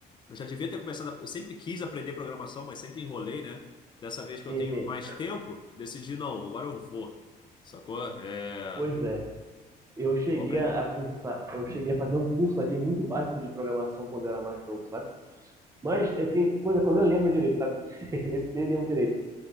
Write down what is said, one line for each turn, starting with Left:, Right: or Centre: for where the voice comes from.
Left: já devia ter começado. a- Eu sempre quis aprender programação, mas sempre enrolei, né? Dessa vez que
Right: Sim,
Left: eu tenho
Right: sim.
Left: mais tempo, decidi não, agora eu vou. Sacou? É,
Right: Pois é. eu cheguei
Left: vou aprender.
Right: a, cursar, eu cheguei a fazer um curso ali muito básico de programação quando eu era mais novo, sabe? Mas eh, tem coisa que eu nem lembro direito, sabe? <laughs> Nem, nem lembro direito.